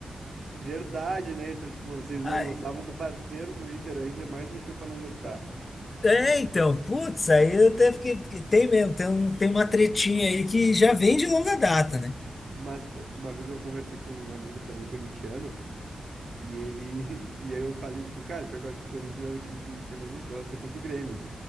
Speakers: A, on the right; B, on the left.
A: Verdade, né? Então, tipo, vocês
B: Ai,
A: não gostavam do parceiro do Inter ainda, é mais motivo pra não gostar.
B: é, então. Putz, aí eu até fiquei. porque Tem mesmo. Tem, um, tem uma tretinha aí que já vem de longa data, né?
A: Mas eu- uma vez eu conversei com um amigo também corintiano, e ele. <laughs> E aí eu falei, tipo, cara, pior que eu acho que o Corinthians é o time que o Inter menos gosta depois do Grêmio.